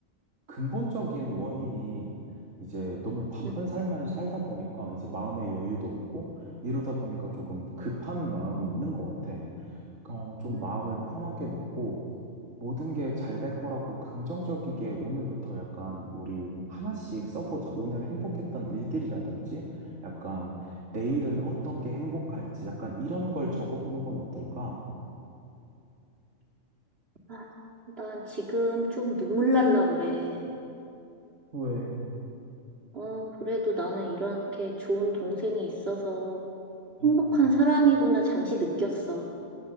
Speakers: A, on the right; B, on the right.
A: 근본적인 원인이 이제 너무 바쁜
B: 음,
A: 삶을 살다 보니까 이제 마음의 여유도 없고 이러다 보니까 조금 급한 마음이 있는 것 같아. 어, 좀
B: 음.
A: 마음을 편하게 먹고 모든 게 잘 될 거라고 긍정적이게 오늘부터 약간 우리 하나씩 써보자. 오늘 행복했던 일들이라든지 약간 내일은 어떤 게 행복할지 약간 이런 걸 적어보는 건 어떨까?
B: 아, 난 지금 좀 눈물 날라 그래.
A: 왜?
B: 어, 그래도 나는 이렇게 좋은 동생이 있어서
A: 음,
B: 행복한 사람이구나 잠시 느꼈어.